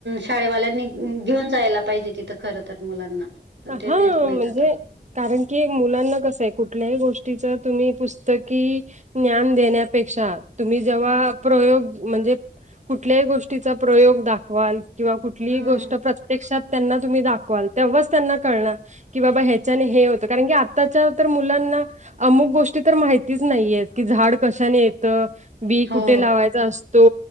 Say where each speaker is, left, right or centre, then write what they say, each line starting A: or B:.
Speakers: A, on the right (about 80°); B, on the right (about 40°).
A: शाळेवाल्यांनी घेऊन जायला पाहिजे, तिथं खरं तर मुलांना. पण,
B: हा
A: ते नेत नाहीत
B: म्हणजे
A: आता.
B: कारण की, मुलांना कसं आहे कुठल्याही गोष्टीच तुम्ही पुस्तकी ज्ञान देण्या पेक्षा तुम्ही जेव्हा प्रयोग म्हणजे कुठल्या ही गोष्टीचा प्रयोग दाखवाल. किंवा कुठलीही
A: हम्म
B: गोष्ट प्रत्यक्षात त्यांना तुम्ही दाखवाल, तेव्हाच त्यांना कळणार. की बाबा ह्याच्याने हे होतं कारण की आताच्या तर मुलांना अमुक गोष्टी तर माहितीच नाहीयेत की झाड कशाने येत. बी
A: हो
B: कुठे लावाय असतो